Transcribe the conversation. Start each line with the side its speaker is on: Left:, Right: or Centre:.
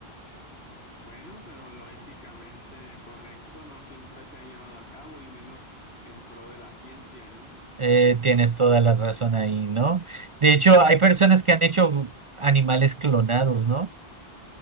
Left: bueno, pero lo éticamente correcto no siempre se ha llevado a cabo y menos en pro de la ciencia, ¿no?
Right: Eh, tienes toda la razón ahí, ¿no? De hecho, hay personas que han hecho animales clonados, ¿no?